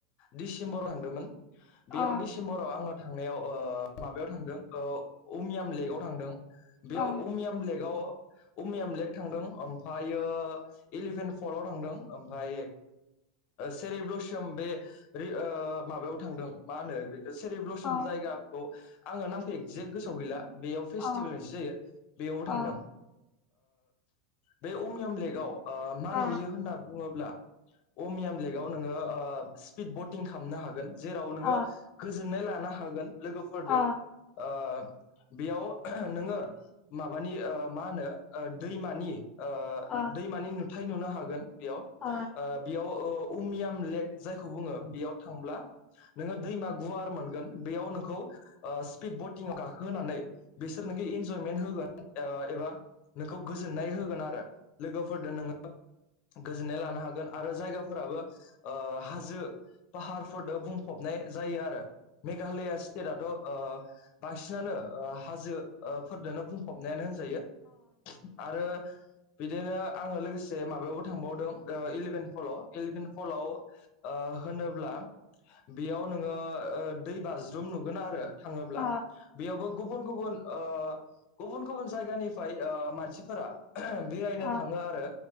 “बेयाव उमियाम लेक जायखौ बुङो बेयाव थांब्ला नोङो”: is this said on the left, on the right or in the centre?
Left